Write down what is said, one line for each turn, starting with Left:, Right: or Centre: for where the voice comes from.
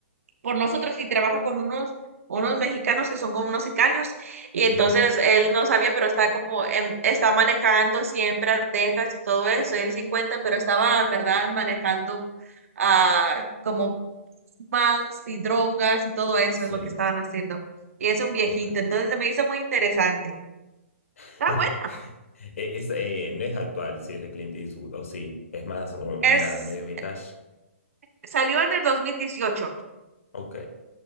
Right: por nosotros y trabaja con unos, unos mexicanos que son como unos sicarios? Y entonces
Left: Ujú.
Right: él no sabía, pero está como, em, está manejando siempre a Texas y todo eso, y él se encuentra, pero estaba en verdad manejando a como más y drogas y todo eso
Left: Sí,
Right: es lo que estaban haciendo. Y es un viejito,
Left: ok.
Right: entonces se me hizo muy interesante.
Left: <laughs>
Right: Está buena.
Left: Eh, Es, eh, no es actual, sí, es de Clint Eastwood, o sí, es más un-
Right: Es,
Left: una medio vintage.
Right: salió en el 2018.
Left: Ok,